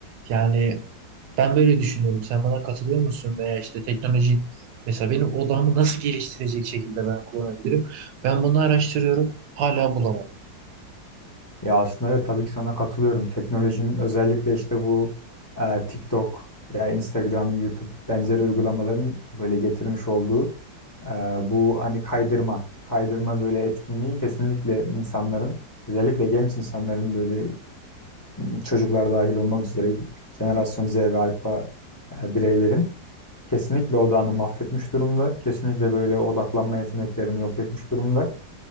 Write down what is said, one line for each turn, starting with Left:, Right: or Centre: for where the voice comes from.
Right: Yani ben böyle düşünüyorum. Sen bana katılıyor musun? Veya işte teknolojinin mesela benim odamı nasıl geliştirecek şekilde ben kullanabilirim? Ben bunu araştırıyorum. Hala bulamam.
Left: Ya aslında evet, tabii ki sana katılıyorum. Teknolojinin özellikle işte bu e, TikTok veya Instagram, YouTube benzeri uygulamaların böyle getirmiş olduğu e, bu hani kaydırma, kaydırma böyle etkinliği kesinlikle insanların özellikle genç insanların böyle e, çocuklar dahil olmak üzere jenerasyon Z ve alfa e, bireylerin kesinlikle odağını mahvetmiş durumda. Kesinlikle böyle odaklanma yeteneklerini yok etmiş durumda.